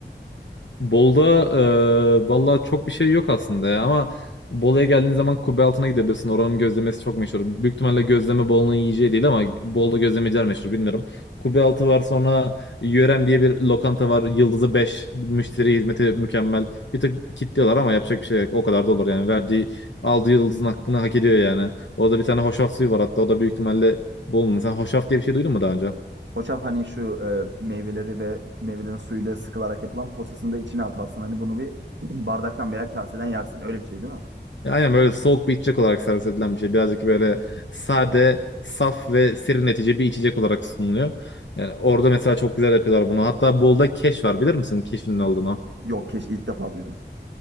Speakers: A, on the left (about 80°); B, on the right (about 75°).
A: Bol'da e, valla çok bir şey yok aslında ya ama Bolu'ya geldiğin zaman kubbe altına gidebilirsin. Oranın gözlemesi çok meşhur. Büyük ihtimalle gözleme Bolu'nun yiyeceği değil ama Bolu'da gözlemeciler meşhur bilmiyorum. Kubbe altı var sonra Yörem diye bir lokanta var. Yıldızı beş müşteri hizmeti mükemmel. Bir tık kitliyorlar ama yapacak bir şey yok. O kadar da olur yani. Verdiği aldığı yıldızın hakkını hak ediyor yani. Orada bir tane hoşaf suyu var hatta o da büyük ihtimalle Bolu'nun. Sen hoşaf diye bir şey duydun mu daha önce?
B: Koçaf hani şu e, meyveleri ve meyvelerin suyuyla sıkılarak yapılan posasını da içine atarsın. Hani bunu bir bardaktan veya kaseden yersin. Öyle bir şey değil mi?
A: Aynen böyle soğuk bir içecek olarak servis edilen bir şey. Birazcık böyle sade, saf ve serinletici bir içecek olarak sunuluyor. Yani orada mesela çok güzel yapıyorlar bunu. Hatta Bolda keş var bilir misin keşin ne olduğunu?
B: Yok keş ilk defa duydum.